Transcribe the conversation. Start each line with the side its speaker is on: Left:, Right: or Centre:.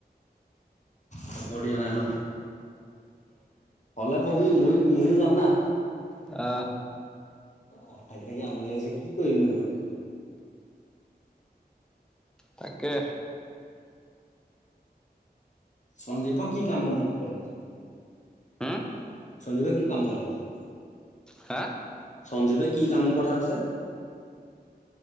Left: খবৰ দিয়া নাই ন হলে কবি মই ময়ো যাম না
Centre: অ
Left: অ থাকি থাকি আমনি লাগিছে কি কৰিবি নো ঘৰত থাকি
Centre: তাকে
Left: সন্দীপক কি কামৰ টোক কথাই আছে সন্দীপ
Centre: হম
Left: সঞ্জিবে কি কামৰ কথা কৈছে?
Centre: হা
Left: সঞ্জীৱে কি কামৰ কথা কৈছে?